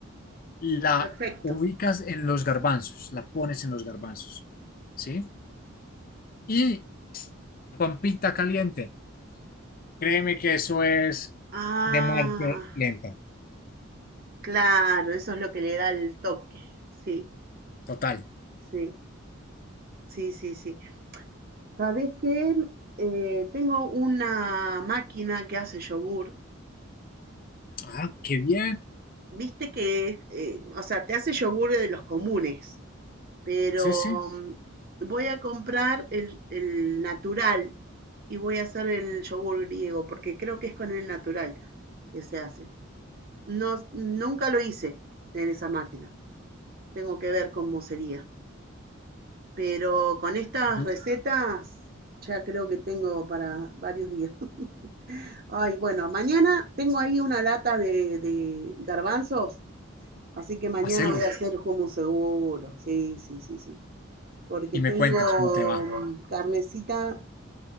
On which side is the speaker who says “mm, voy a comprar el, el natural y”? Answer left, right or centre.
Right